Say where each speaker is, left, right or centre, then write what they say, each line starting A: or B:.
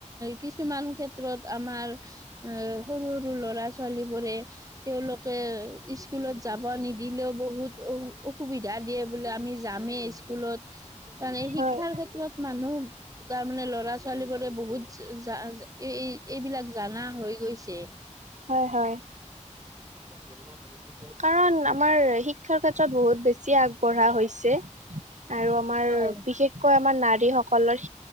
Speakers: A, on the right; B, on the right.
A: কিছুমান ক্ষেত্ৰত আমাৰ এ সৰু সৰু ল'ৰা ছোৱালী বোৰে- তেওঁলোকে স্কুলত যাব নিদিলেও বহুত অ অসুবিধা দিয়ে বোলে। আমি- যামে স্কুলত। মানে শিক্ষাৰ
B: হয়,
A: ক্ষেত্ৰত মানুহ তাৰ মানে ল'ৰা -ছোৱালীবোৰ- বহুত জা-জা এই এইবিলাক জানা হৈ গৈছে।
B: হয়, হয়।
A: <unintelligible>
B: কাৰণ আমাৰ শিক্ষাৰ ক্ষেত্ৰত বহুত বেছি আগ- বঢ়া হৈছে আৰু আমাৰ
A: হয়,
B: বিশেষ- কৈ আমাৰ নাৰীসকলৰ,